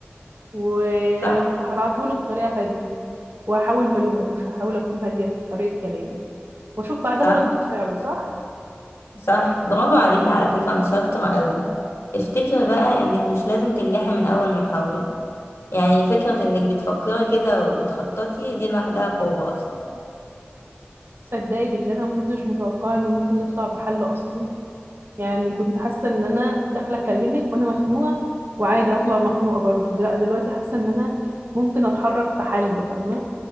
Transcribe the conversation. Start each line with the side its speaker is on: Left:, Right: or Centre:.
Right: و...
Left: صح
Right: وهبعته له بطريقة هادية وهحاول ما الوموش هحاول اكون هادية في طريقة كلامي واشوف بعدها
Left: صح
Right: ردة فعله صح
Left: صح برافو عليكي على فكرة انت شاطرة قوي افتكري بقى انك مش لازم تنجحي من أول محاولة يعني فكرة انك بتفكري كده وتخططي دي لوحدها قوة أصلا
Right: تصدقي بالله انا ما كنتش متوقعة ان ممكن نطلع بحل اصلا يعني كنت حاسة ان انا داخلة اكلمك وانا مخنوقة وعادي هطلع مخنوقة برضو لا دلوقتي حاسة ان انا ممكن اتحرك في حل فاهمة